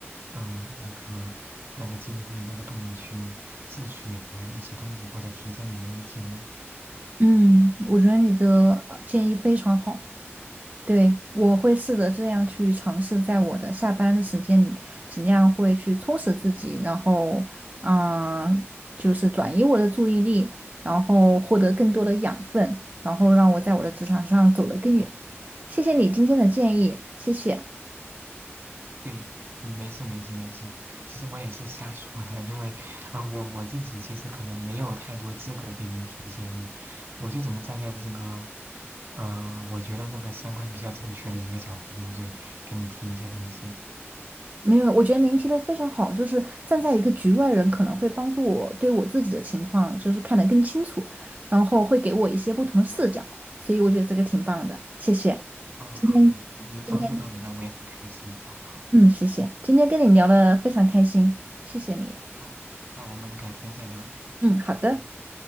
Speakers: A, on the right; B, on the right.
A: 嗯，那个那个精力、那个动力去自学一些东西，或者提升你的那个技能。
B: 嗯，我觉得你的呃建议非常好。对，我会试着这样去尝试，在我的下班的时间里，尽量会去充实自己，然后，嗯，就是转移我的注意力，然后获得更多的养分，然后让我在我的职场上走得更远。谢谢你今天的建议，谢谢。
A: 对，嗯没事没事没事。其实我也是瞎说的，因为啊，我我自己其实可能没有太多资格给您提建议，我就只能站在这个，呃，我觉得那个三观比较正确的一个角度，就给你提一些东西。
B: 没有，我觉得您提的非常好，就是站在一个局外人，可能会帮助我对我自己的情况就是看得更清楚，然后会给我一些不同的视角，所以我觉得这个挺棒的，谢谢。
A: 啊，
B: 今天
A: 好嗯，能帮助到你，
B: 今天。
A: 那我也很开心啊。好，
B: 嗯，谢谢，今天跟你聊的非常开心，谢谢你。
A: 好，那我们改天再聊。
B: 嗯，好的，
A: 嗯，